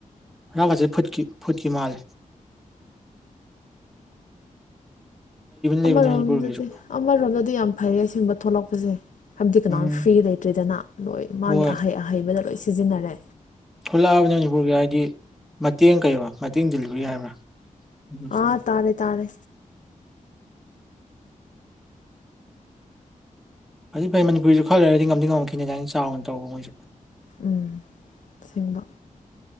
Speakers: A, in the centre; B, on the left.
A: ꯔꯒꯁꯦ ꯐꯨꯠꯀꯤ ꯐꯨꯠꯀꯤ ꯃꯥꯂꯦ ꯂꯩꯕꯅꯤ
B: ꯑꯃꯔꯣꯝꯗꯗꯤ
A: ꯃꯅꯤꯄꯨꯔꯒꯤꯁꯨ
B: ꯑꯃꯔꯣꯝꯗꯗꯤ ꯌꯥꯝ ꯐꯩꯌꯦ ꯑꯁꯤꯒꯨꯝꯕ ꯊꯣꯛꯂꯛꯄꯁꯦ ꯍꯥꯏꯕꯗꯤ ꯀꯅꯥꯝ
A: ꯎꯝ
B: ꯐ꯭ꯔꯤ ꯂꯩꯇ꯭ꯔꯤꯗꯅ ꯂꯣꯏ ꯃꯥꯒꯤ
A: ꯍꯣꯏ
B: ꯑꯍꯩ ꯑꯍꯩꯕꯗ ꯂꯣꯏ ꯁꯤꯖꯤꯟꯅꯔꯦ
A: ꯊꯣꯛꯂꯛꯑꯕꯅꯤ ꯃꯅꯤꯄꯨꯔꯒꯤ ꯍꯥꯏꯗꯤ ꯃꯇꯦꯡ ꯀꯩꯕ ꯃꯇꯦꯡ ꯗꯤꯂꯤꯕꯔꯤ ꯍꯥꯏꯕ꯭ꯔꯥ ꯑꯗꯨꯁꯨ
B: ꯑꯥ ꯇꯥꯔꯦ ꯇꯥꯔꯦ
A: ꯐꯗꯤ ꯐꯩ ꯃꯅꯤꯄꯨꯔꯁꯨ ꯈꯔ ꯂꯩꯔꯗꯤ ꯉꯝꯗꯤ ꯉꯝꯃꯈꯤꯅꯤ ꯑꯗꯥꯏꯅ ꯆꯥꯎꯅ ꯇꯧꯕ ꯃꯣꯏꯁꯨ
B: ꯎꯝ ꯁꯦꯡꯕ